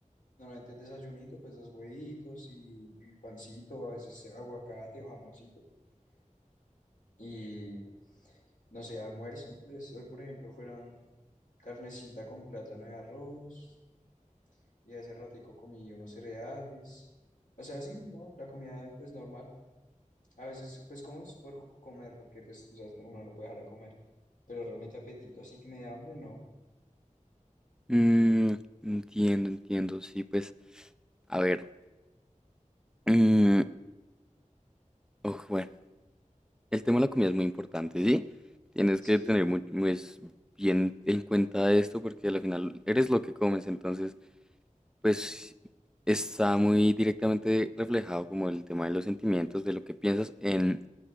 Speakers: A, on the left; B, in the centre.
A: Normalmente desayunito, pues dos huevitos y, y pancito, a veces aguacate o jamoncito. Y no sé, almuerzo, pues, hoy por ejemplo fueron carnecita con plátano y arroz, y hace ratico comí unos cereales. O sea, sí, ¿no? La comida pues normal. A veces, pues como es por comer, porque pues tú sabes que uno no puede dejar de comer. Pero realmente apetito, así que me da hambre, no.
B: Mm, entiendo, entiendo, sí, pues, a ver. mm, oh, bueno, el tema de la comida es muy importante, ¿sí? Tienes
A: Sí.
B: que tener muy, pues, bien en cuenta esto porque al final eres lo que comes, entonces, pues, está muy directamente reflejado como el tema de los sentimientos, de lo que piensas en